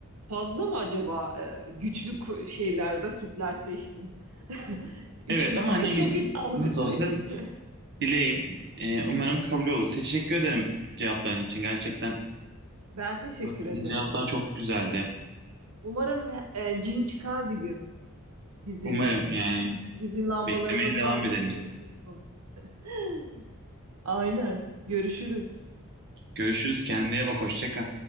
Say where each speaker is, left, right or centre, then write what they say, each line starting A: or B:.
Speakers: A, on the right; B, on the right.
A: fazla mı acaba e, güçlü ku- şeyler rakipler seçtin? <laughs> Üç
B: Evet
A: buçuk
B: ama hani
A: da çok iddialı
B: nasıl
A: bir süre
B: olsa
A: çünkü.
B: dileğim e, umarım kabul olur. Teşekkür ederim cevapların için gerçekten.
A: Ben teşekkür
B: Verdiğin
A: ederim.
B: Cevaplar çok güzeldi.
A: Umarım e, cin çıkar bir gün bizim
B: Umarım yani.
A: Bizim lambalarımızdan
B: Beklemeye devam edelim
A: da cin
B: biz.
A: tutsun. <laughs> Aynen. Görüşürüz.
B: Görüşürüz. Kendine bak. Hoşça kal.